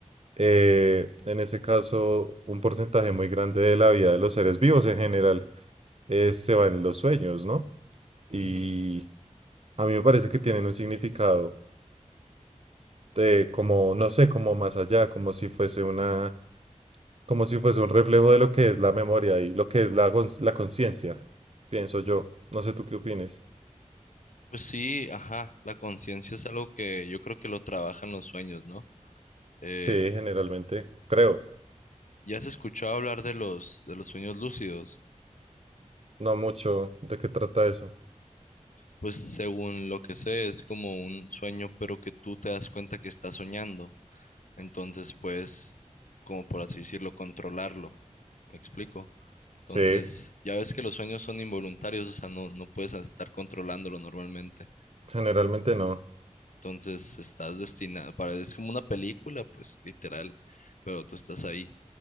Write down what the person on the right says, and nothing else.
Eh, en ese caso, un porcentaje muy grande de la vida de los seres vivos en general eh, se va en los sueños, ¿no? Y
a mí me parece que tienen un significado de como, no sé, como más allá, como si fuese una, como si fuese un reflejo de lo que es la memoria y lo que es la, cons- la conciencia, pienso yo. No sé tú qué opines.
Sí, generalmente, creo,
no mucho de qué trata eso.
Sí,
generalmente no.